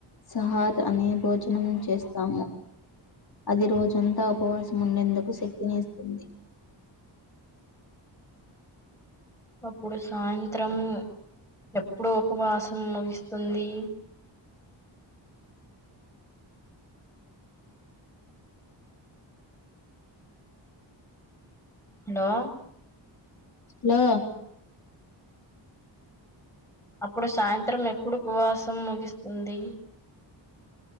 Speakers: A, on the left; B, in the centre.
A: సహాక్ అనే భోజనం చేస్తాము అది రోజంతా ఉపవాసం ఉండేందుకు శక్తిని ఇస్తుంది
B: <inaudible> అప్పుడు సాయంత్రం ఎప్పుడు ఉపవాసం ముగిస్తుంది హలో
A: లో
B: అప్పుడు సాయంత్రం ఎప్పుడు ఉపవాసం ముగిస్తుంది